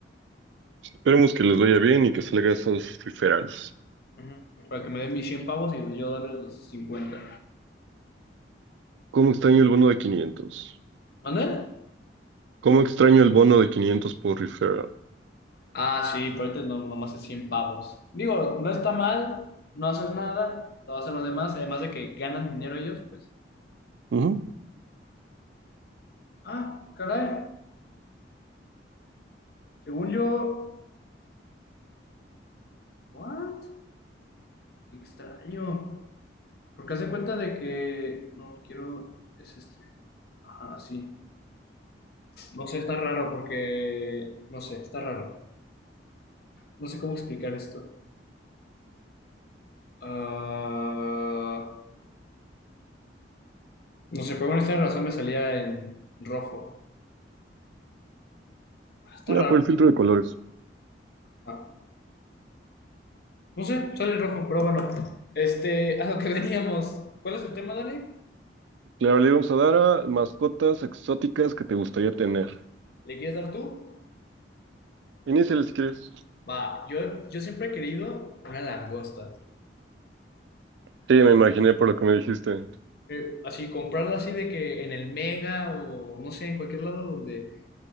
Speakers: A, on the right; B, on the left.
A: Esperemos que les vaya bien y que salga esos referrals.
B: Uh-huh. Para que me den mis 100 pavos y yo darles los 50.
A: ¿Cómo extraño el bono de 500?
B: ¿Mande?
A: ¿Cómo extraño el bono de 500 por referral?
B: Ah, sí, pero ahorita no, nomás es 100 pavos. Digo, no está mal, no haces nada, lo hacen los demás, además de que ganan dinero ellos, pues.
A: Ujú.
B: Ah, caray. Según yo. ¿What? Qué extraño. Porque hace cuenta de que. No, quiero. Es este. Ajá, sí. No sé, está raro porque. No sé, está raro. no sé cómo explicar esto. Ah, no sé, por una razón me salía en rojo. Está
A: Ya
B: raro.
A: por el filtro de colores.
B: Ah, no sé, sale en rojo, pero bueno. Este, <laughs> a lo que veníamos. ¿Cuál es el tema, Dani?
A: Claro, le vamos a dar a mascotas exóticas que te gustaría tener.
B: ¿Le quieres dar tú?
A: Iniciales si quieres.
B: Va, yo, yo siempre he querido una langosta.
A: Sí, me imaginé por lo que me dijiste.
B: Eh, así, comprarla así de que en el Mega o no sé, en cualquier lado donde.